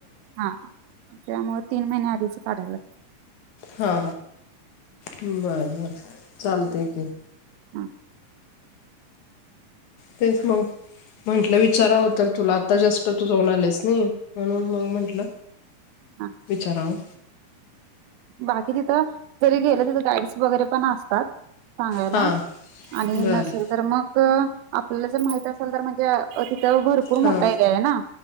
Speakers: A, on the right; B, on the left.
A: हा त्यामुळे तीन महिन्या आधीच काढायला लागत.
B: हा बर बर चालते की.
A: हम
B: तेच मग. म्हंटलं विचारावं तर तुला आता जस्ट तू जाऊन आलेस नाही, म्हणून मग म्हंटलं
A: हा
B: विचाराव.
A: बाकी तिथं जरी गेलं तिथं गाईड्स वगैरे पण असतात. सांगायला
B: हां
A: आणि
B: बरं
A: नसेल तर मग आपल्याला जर माहित असेल तर म्हणजे अ तिथं भरपूर
B: हां
A: मोठा एरिया ये ना,